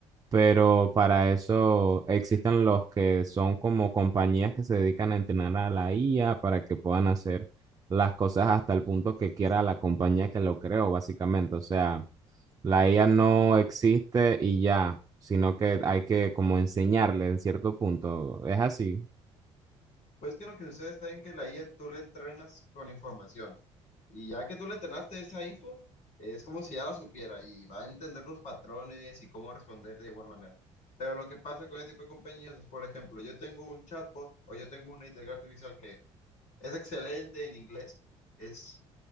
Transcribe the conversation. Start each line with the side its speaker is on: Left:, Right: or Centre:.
Right: pero para eso existen los que son como compañías que se dedican a entrenar a la IA para que puedan hacer las cosas hasta el punto que quiera la compañía que lo creó, básicamente. O sea, la IA no existe y ya, sino que hay que como enseñarle en cierto punto. Es así.
Left: Pues que lo que sucede está en que la IA tú la entrenas con información. Y ya que tú le entrenaste esa info, es como si ya la supiera y va a entender los patrones y cómo responder de igual manera. Pero lo que pasa con este tipo de compañías es, por ejemplo, yo tengo un chatbot o yo tengo una inteligencia artificial que es excelente en inglés, es,